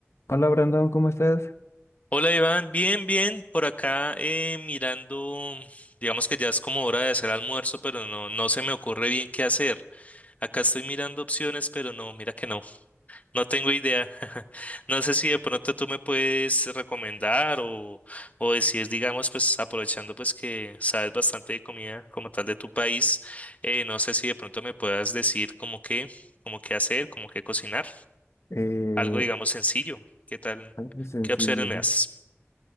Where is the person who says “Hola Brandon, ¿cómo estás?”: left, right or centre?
Left